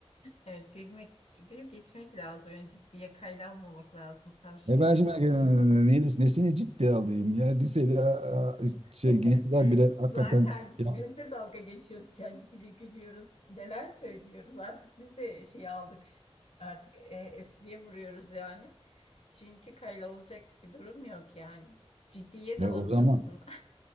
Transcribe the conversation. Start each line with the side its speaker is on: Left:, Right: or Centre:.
Left: Evet gülmek, gülüp geçmek lazım. Yani ciddiye kayda almamak lazım bu tarz şeyleri.
Right: E ben şimdi e, neyini- nesini ciddiye alayım ya lisede a- a- şey
Left: <laughs>
Right: gençler bile hakikaten
Left: Zaten
Right: ya,
Left: biz de dalga geçiyoruz kendisiyle gülüyoruz. Neler söylüyoruz artık biz de şey aldık. Artık e, espriye vuruyoruz yani. Çünkü kayda olacak bir durum yok yani. Ciddiye
Right: ya
Left: dalamıyorsun.
Right: o zaman